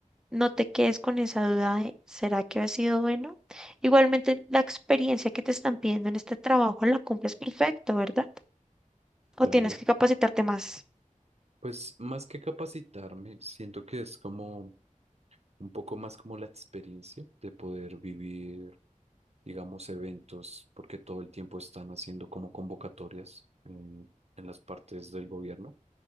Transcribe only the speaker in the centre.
No te quedes con esa duda de, ¿será que ha sido bueno? Igualmente, la experiencia que te están pidiendo en este trabajo la cumples perfecto, ¿verdad?
O tienes que capacitarte más.